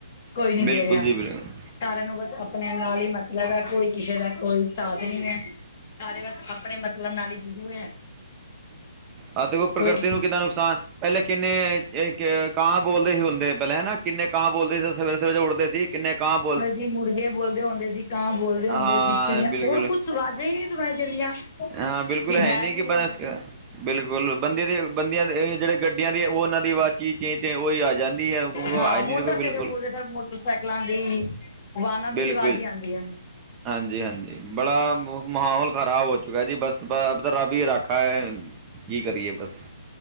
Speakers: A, on the left; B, on the right.
A: ਕੋਈ ਨੀ
B: ਬਿਲਕੁਲ
A: ਦੇ ਰਿਹਾ
B: ਜੀ ਬਿਲਕੁਲ ਹੂੰ
A: ਸਾਰਿਆਂ ਨੂੰ ਬਸ ਆਪਣੇ ਨਾਲ ਹੀ ਮਤਲਬ ਹੈ ਕੋਈ ਕਿਸੇ ਦਾ ਕੋਈ ਸਾਥ ਨਹੀਂ ਹੈ। ਸਾਰੇ ਬਸ ਆਪਣੇ ਮਤਲਬ ਨਾਲ ਹੀ ਜੁੜੇ ਹੋਏ ਹੈ।
B: ਆਹ ਦੇਖੋ ਪ੍ਰਕਿਰਤੀ
A: ਕੋਈ
B: ਨੂੰ ਕਿੰਨਾ ਨੁਕਸਾਨ ਪਹਿਲ ਕਿੰਨੇ ਕਾਂ ਬੋਲਦੇ ਹੁੰਦੇ ਪਹਿਲੇ ਹਨਾ ਕਿੰਨੇ ਕਾਂ ਬੋਲਦੇ ਸਵੇਰੇ ਸਵੇਰੇ ਉਠਦੇ ਸੀ ਕਿੰਨੇ ਕਾਂ ਬੋਲ
A: ਅਸੀਂ ਮੁੁਰਗੇ ਬੋਲਦੇ ਹੁੰਦੇ ਸੀ। ਕਾਂ ਬੋਲਦੇ ਹੁੰਦੇ
B: ਹਾਂ
A: ਸੀ ਚਿੜੀਆਂ
B: ਬਿਲਕੁਲ
A: ਹੁਣ ਕੁਛ ਅਵਾਜ਼ਾਂ ਹੀ ਨਹੀਂ ਸੁਣਾਈ ਦਿੰਦੀਆਂ ਕਿ
B: ਹਾਂ ਬਿਲਕੁਲ
A: ਹੈ
B: ਨਹੀਂ
A: ਵੀ
B: ਕਿ
A: ਹੈ।
B: ਬਸ ਬਿਲਕੁਲ ਬੰਦਿਆਂ ਦੇ ਬੰਦਿਆਂ ਦੇ ਹੈਗਾ ਜਿਹੜੇ ਗੱਡੀਆਂ ਦੀ ਉਹਨਾਂ ਦੀ ਆਵਾਜ਼ ਚੀਜ਼ ਚੀ ਚੀ ਉਹੀ ਆ ਜਾਂਦੀ ਹੈ ਆ ਉਹ ਕਹੂਗਾ
A: ਹਾਂ
B: ਆ ਨਹੀਂ
A: ਹੁਣ ਤਾਂ ਸਵੇਰੇ
B: ਬਿਲਕੁਲ
A: ਉਠਦੇ ਸਾਰ ਮੋਟਰਸਾਈਕਲਾਂ ਦੀ ਵਾਹਨਾਂ ਦੀ
B: ਬਿਲਕੁਲ
A: ਆਵਾਜ਼ ਆਉਂਦੀ ਨੇ।
B: ਹਾਂਜੀ ਹਾਂਜੀ ਬੜਾ ਮਾਹੌਲ ਖ਼ਰਾਬ ਹੋ ਚੁੱਕਾ ਜੀ ਬਸ ਰੱਬ ਹੀ ਰੱਖਾ ਹੈ। ਕੀ ਕਰੀਏ ਬਸ